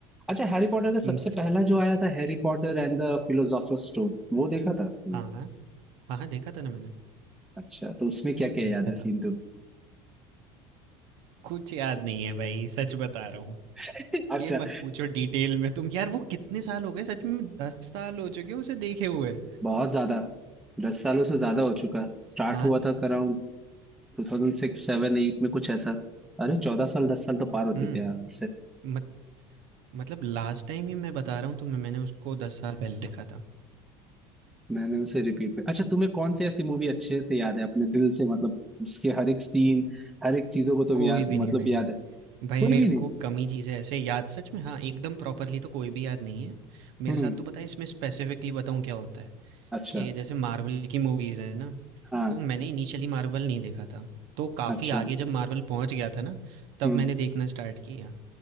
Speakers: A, in the centre; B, on the right.
A: अच्छा हैरी पॉटर का
B: हुँ,
A: सबसे पहला जो आया था Harry Potter and the Philosopher's Stone वो देखा था तुमने
B: हाँ, हाँ। हाँ, हाँ, देखा था ना मैंने,
A: अच्छा तो उसमें क्या क्या
B: देखा
A: याद है
B: था।
A: सीन तो
B: कुछ याद नहीं है भाई, सच बता रहा हूँ।
A: <laughs> अच्छा
B: ये मत पूछो डिटेल में तुम यार वो कितने साल हो गए सच में 10 साल हो चुके हैं उसे देखे हुए।
A: बहुत ज्यादा दस सालों से ज्यादा हो चुका स्टार्ट
B: हाँ,
A: हुआ था around two thousand six seven eight में कुछ ऐसा अरे चौदह साल दस साल तो पार हो
B: हुँ,
A: चुके हैं यार।
B: मत मतलब लास्ट टाइम ही मैं बता रहा हूँ तुम्हें मैंने उसको दस साल पहले देखा था
A: मैंने उसे रिपीट में अच्छा तुम्हें कौन सी ऐसी मूवी अच्छे से याद है अपने दिल से मतलब जिसके हर एक सीन हर एक चीजों को तुम
B: कोई
A: याद
B: भी नहीं
A: मतलब
B: भाई
A: याद है
B: भाई
A: कोई
B: मेरे
A: भी नहीं
B: को कम ही चीज़ें ऐसे याद सच में हाँ एकदम प्रॉपरली तो कोई भी याद नहीं है मेरे
A: हम्म
B: साथ तो पता है इसमें स्पेसिफिकली बताऊँ क्या होता है
A: अच्छा
B: कि जैसे मार्वल की मूवीज़ है ना
A: हाँ
B: तो मैंने इनिशियली मार्वल नहीं देखा था तो काफ़ी
A: अच्छा
B: आगे जब मार्वल पहुंच गया था ना तब
A: हम्म
B: मैंने देखना स्टार्ट किया